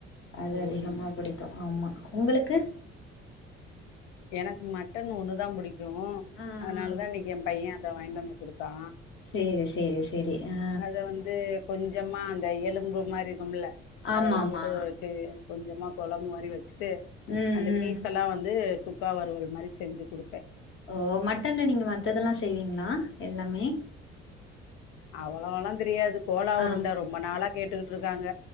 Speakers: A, on the left (about 40°); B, on the left (about 65°).
A: அது
B: ம்
A: அதிகமாக பிடிக்கும் ஆமா உங்களுக்கு
B: எனக்கு மட்டன் ஒன்னுதா புடிக்கும்
A: ஆ
B: அதனாலதா
A: ஆ
B: இன்னைக்கு ஏ பையன் அத வாங்கிண்டு வந்து குடுத்தா
A: சேரி சேரி சேரி ஆ
B: அத வந்து கொஞ்சமா அந்த எலும்பு மாரி இருக்கும்ல
A: ஆமாம்மா
B: அதெல்லா போட்டு வச்சி கொஞ்சமா கொழம்பு மாரி வச்சுட்டு
A: ம்
B: அந்த
A: ம்
B: பீஸெல்லா வந்து சுக் க்கா வறுவல் மாரி செஞ்சு குடுப்பே
A: ஓ மட்டன்ல நீங்க மத்ததெல்லா செய்வீங்களா எல்லாமே
B: அவ்வளோல்லா தெரியாது கோலா
A: ஆ
B: உருண்ட ரொம்ப நாளா கேட்டுட்டு இருக்காங்க